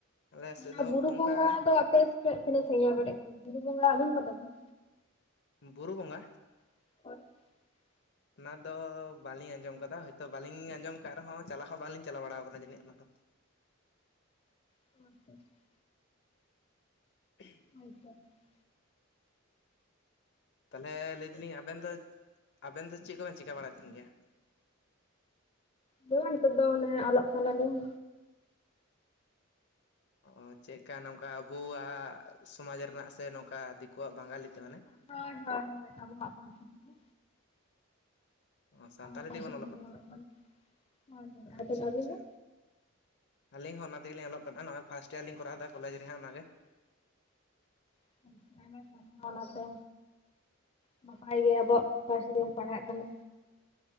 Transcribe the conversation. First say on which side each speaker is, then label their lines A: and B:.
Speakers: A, on the left; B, on the left.
A: ᱟᱞᱮ
B: ᱚᱱᱟ
A: ᱥᱮᱫ ᱫᱚ
B: ᱵᱩᱨᱩ
A: ᱚᱱᱠᱟ
B: ᱵᱚᱸᱜᱟ ᱫᱚ ᱟᱯᱮ ᱥᱮᱫ ᱛᱤᱱᱟᱹᱜ ᱥᱟᱺᱜᱧᱟ ᱠᱟᱴᱤᱡ <unintelligible> ᱵᱩᱨᱩ ᱵᱚᱸᱜᱟ ᱟᱡᱚᱢ ᱠᱟᱫᱟᱵᱤᱱ?
A: ᱵᱩᱨᱩ ᱵᱚᱸᱜᱟ?
B: <inaudible>
A: ᱚᱱᱟ ᱫᱚ ᱵᱟᱹᱞᱤᱧ ᱟᱸᱡᱚᱢ ᱠᱟᱫᱟ᱾ ᱦᱚᱳᱭᱛᱳ ᱵᱟᱹᱞᱤᱧ ᱟᱸᱡᱚᱢ ᱠᱟᱫ ᱨᱮᱦᱚᱸ ᱪᱟᱞᱟᱣ ᱦᱚᱸ ᱵᱟᱹᱞᱤᱧ ᱪᱟᱞᱟᱣ ᱵᱟᱲᱟᱣ ᱟᱠᱟᱱᱟ ᱡᱟᱹᱱᱤᱡ ᱚᱱᱟ ᱫᱚ᱾
B: <inaudible>
A: <inaudible>
B: <inaudible>
A: ᱛᱟᱦᱚᱞᱮ ᱞᱟᱹᱭ ᱫᱟᱞᱤᱧ ᱟᱵᱮᱱ ᱫᱚ ᱟᱵᱮᱱ ᱫᱚ ᱪᱮᱫ ᱠᱚᱵᱮᱱ ᱪᱤᱠᱟᱹ ᱵᱟᱲᱟᱭ ᱛᱟᱦᱮᱱ ᱜᱮᱭᱟ?
B: ᱪᱤᱠᱟᱹ ᱦᱚᱸ ᱵᱟᱝ, ᱱᱤᱛᱚᱜ ᱫᱚ ᱢᱟᱱᱮ ᱚᱞᱚᱜ ᱠᱟᱱᱟᱞᱤᱧ᱾
A: ᱚ ᱪᱮᱫᱠᱟ ᱱᱚᱝᱠᱟ ᱟᱵᱳᱣᱟᱜ ᱥᱚᱢᱟᱡᱽ ᱨᱮᱱᱟᱜ ᱥᱮ ᱱᱚᱝᱠᱟ ᱫᱤᱠᱩᱣᱟᱜ ᱵᱟᱝᱜᱟᱞᱤ ᱛᱮ ᱢᱟᱱᱮ?
B: ᱦᱳᱭ ᱦᱳᱭ ᱦᱳᱭ ᱟᱵᱣᱟᱜ ᱯᱟᱹᱨᱥᱤ ᱛᱮᱜᱮ᱾
A: ᱚ ᱥᱟᱱᱛᱟᱞᱤ
B: ᱟᱵᱚᱣᱟᱜ ᱯᱟᱹᱨᱥᱤ
A: ᱛᱮᱜᱮ ᱵᱚᱱ
B: ᱛᱮᱜᱮᱞᱤᱧ ᱚᱞᱚᱜ ᱠᱟᱱᱟ᱾ ᱦᱳᱭ ᱦᱳᱭ‌ ᱟᱵᱤᱱ
A: ᱟᱪᱪᱷᱟ
B: ᱟᱵᱤᱱ
A: ᱟᱪᱪᱷᱟ
B: ᱫᱚ?
A: ᱟᱹᱞᱤᱧ ᱦᱚᱸ ᱚᱱᱟ ᱛᱮᱜᱮᱞᱤᱧ ᱚᱞᱚᱜ ᱠᱟᱱᱟ, ᱱᱚᱜ-ᱚᱭ ᱯᱷᱟᱥᱴ ᱤᱭᱟᱨ ᱞᱤᱧ ᱠᱚᱨᱟᱣᱫᱟ ᱠᱚᱞᱮᱡ ᱨᱮ ᱦᱟᱸᱜ ᱚᱱᱟᱜᱮ᱾
B: <unintelligible> ᱚᱱᱟᱛᱮ, ᱱᱟᱯᱟᱭ ᱜᱮ ᱟᱵᱚᱣᱟᱜ ᱚᱠᱟ ᱥᱮᱫ ᱨᱮᱢ ᱯᱟᱲᱦᱟᱜ ᱠᱟᱱᱟ?